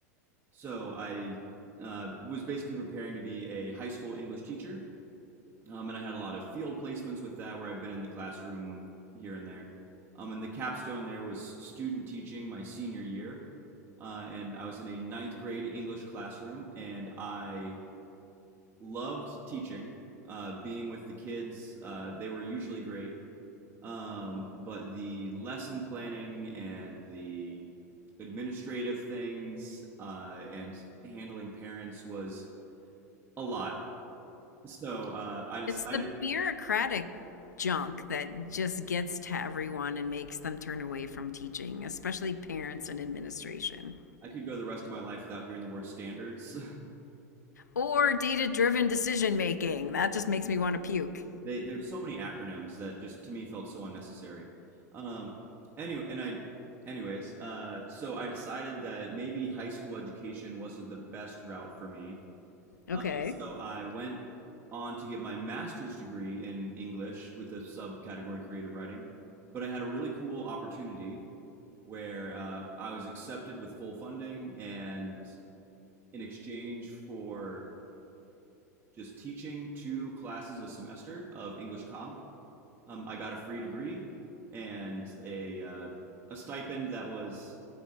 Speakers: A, on the right; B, on the left.
A: So I uh, was basically preparing to be a high school English teacher, um, and I had a lot of field placements with that, where I've been in the classroom here and there. Um, and the capstone there was student teaching my senior year, uh, and I was in a ninth grade English classroom, and I loved teaching, uh, being with the kids. Uh, they were usually great um, but the lesson planning and the administrative things uh, and handling parents was a lot. So uh, I decided
B: It's the bureaucratic junk that just gets to everyone and makes them turn away from teaching, especially parents and administration.
A: I could go the rest of my life without hearing the word standards.
B: Or data driven decision making. That just makes me want to puke.
A: <laughs> they, there's so many acronyms that just to me felt so unnecessary. Um, anyway, and I, anyways, uh, so I decided that maybe high school education wasn't the best route for me.
B: Okay.
A: Uh, so I went on to get my master's degree in English with a subcategory in creative writing. But I had a really cool opportunity where uh, I was accepted with full funding, and in exchange for just teaching two classes a semester of English comp, um, I got a free degree and a uh, a stipend that was